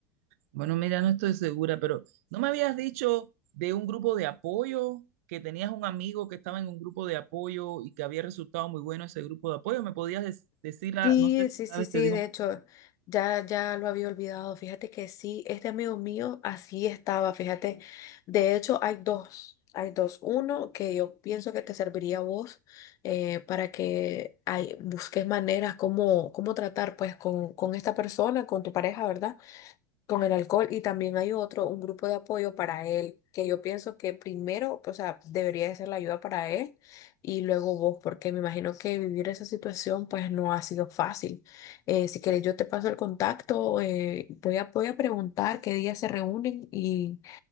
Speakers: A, on the right; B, on the left.
A: Bueno, mira, no estoy segura, pero ¿no me habías dicho de un grupo de apoyo, que tenías un amigo que estaba en un grupo de apoyo y que había resultado muy bueno ese grupo de apoyo? ¿Me podías des- decir, la-
B: Sí,
A: no sé si
B: sí,
A: sabes,
B: sí, sí,
A: te digo,
B: de hecho, ya, ya lo había olvidado. Fíjate que sí, este amigo mío así estaba, fíjate. De hecho, hay dos, hay dos. Uno que yo pienso que te serviría a vos eh, para que ay, busques maneras como, cómo cómo tratar pues con, con esta persona, con tu pareja, ¿verdad? con el alcohol y también hay otro, un grupo de apoyo para él, que yo pienso que primero, o sea, debería de ser la ayuda para él y luego vos, porque me imagino que vivir esa situación pues no ha sido fácil. Eh, si querés, yo te paso el contacto, eh, voy a, voy a preguntar qué día se reúnen y,